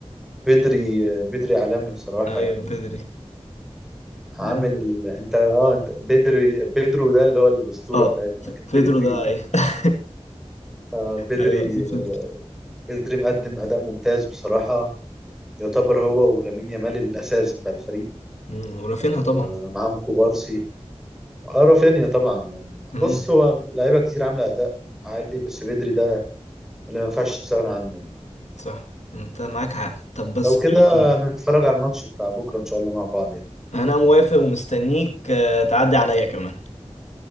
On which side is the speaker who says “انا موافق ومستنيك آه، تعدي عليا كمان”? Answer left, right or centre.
Left